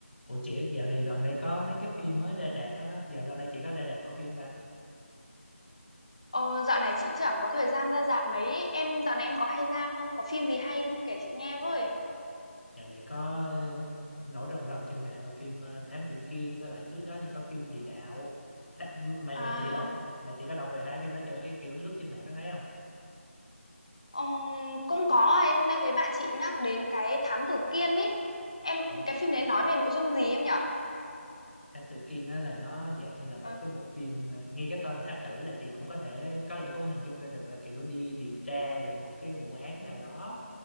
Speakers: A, on the left; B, on the left.
A: Ủa chị dạo này gần đây có mấy cái phim mới ra rạp á, dạo gần đây chị có ra rạp có phim ta?
B: Ờ, dạo này chị chẳng có thời gian ra rạp mấy em dạo này em có hay ra không có phim gì hay không kể chị nghe với
A: Dạo này có ờ, nổi rần rần trên mạng là phim ờ, Thám Tử Kiên, với lại trước đó thì có phim Địa Đạo. Tha mà
B: à
A: mà chị đọc, mày chị có đọc về hai phim đó chưa? Ý kiểu lướt trên mạng có thấy không?
B: ừm, cũng có ấy. hôm nay thấy bạn chị nhắc đến cái Thám Tử Kiên ấy em
A: Ừ.
B: cái phim đấy nói về nội dung gì em nhở
A: Thám Tử Kiên á là nó dạng như là
B: Ờ,
A: một cái bộ phim ờ, nghe cái tên Thám Tử là chị cũng có thể có lẽ cũng hình dung ra được là kiểu đi điều tra về một cái vụ án nào đó.